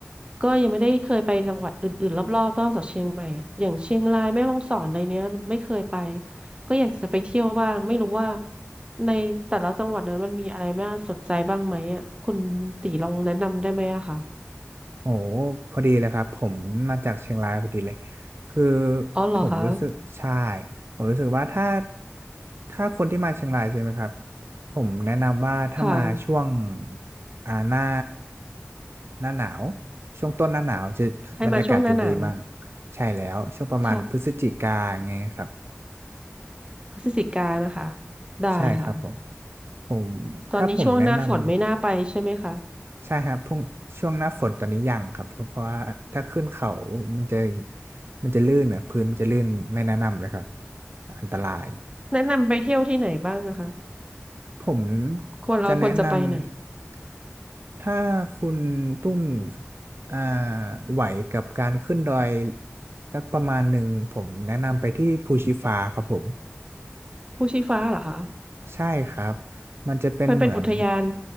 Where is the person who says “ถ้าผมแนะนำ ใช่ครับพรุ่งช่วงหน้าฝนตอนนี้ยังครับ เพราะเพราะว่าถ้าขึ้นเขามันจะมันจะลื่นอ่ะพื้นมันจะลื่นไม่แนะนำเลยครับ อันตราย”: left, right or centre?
Right